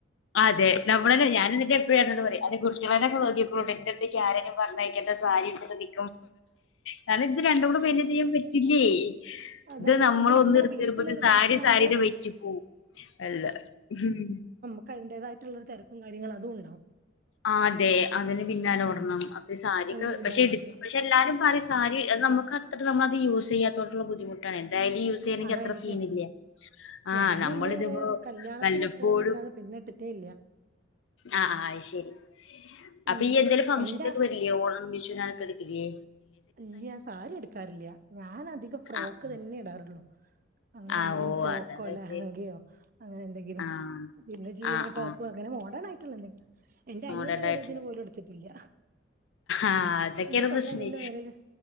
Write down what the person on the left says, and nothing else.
അതെ നമ്മളെന്നെ ഞാന് എന്നിട്ട് അപ്പം ഏട്ടനോട് പറയും കുട്ടിയോളെ നോക്കിക്കൊണ്ട് എന്റെറ അട്ത്തേക്ക് ആരെയും പറഞ്ഞ് അയക്കണ്ട സാരി ഉടുത്തിട്ട് കാരണം ഇച്ച് ഇത് രണ്ടും കൂടെ മെയ്ന്റെയ്ൻ ചെയ്യാൻ പറ്റില്ലായ്
ഇത് നമ്മൾ
ഒന്ന് എടുത്ത്
വരുമ്പോത്തിന് സാരി
സാരി വെയ്ക്കി പോവും അല്ല ഹും
അതെ അതിന് പിന്നാലെ
ഓടണം അപ്പൊ സാരിക്കെ
പഷേ <unintelligible>
പക്ഷെ എല്ലാരും പറിം സാരി നമുക്ക് അത്ര നമ്മളത് യൂസ് ചെയ്യാത്തോട്ടുള്ള ബുദ്ധിമുട്ട് ട്ടാണ് ഡയലി യൂസ് ചെയ്യണെങ്കിൽ
അത്ര സീനില്ല ആഹ്
നമ്മളിതിപ്പോ
വല്ലപ്പോഴും
ആ അയ് ശരി അപ്പൊ
ഈ എന്തേലും ഫംഗ്ഷനൊക്കെ
വരില്ലേ ഓണം വിശുനൊക്കെ എട്ക്കില്ലേ
ആഹ്
ആഹ്
ഓ
അതാണ്
വിഷയം
ആഹ്
ആഹ്
ആഹ്
മോഡേൺ
ആയിട്ടുള്ള
ആഹ് അതൊക്കെയാണ്
പ്രശ്നേ